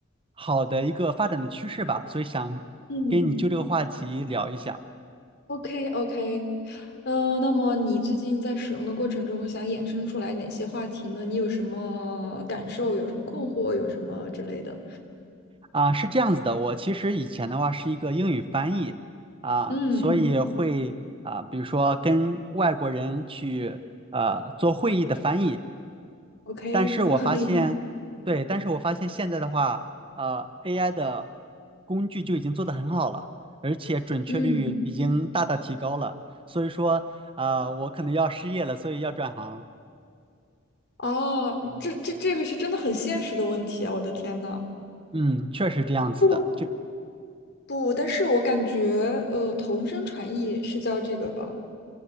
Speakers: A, on the right; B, on the left.
A: 好的一个发展的趋势吧，所以想跟你就这个话题聊一下。
B: 嗯，OK OK，呃，那么你最近在使用的过程中，想衍生出来哪些话题呢？你有什么感受？有什么困惑？有什么之类的？
A: 啊、是这样子的，我其实以前的话是一个英语翻译啊、
B: 嗯
A: 所以会啊、比如说跟外国人去呃做会议的翻译。
B: ，OK，
A: 但是我发现，
B: 那很厉害。
A: 对，但是我发现现在的话，呃，AI 的工具就已经做得很好了，而且准确率已经大大提高了。
B: 嗯，
A: 所以说，呃，我可能要失业了，所以要转行。
B: 哦，这这这个是真的很现实的问题啊！我的天呐。
A: 嗯，确实这样子的，
B: 不
A: 就
B: 不，但是我感觉，呃，同声传译是叫这个吧？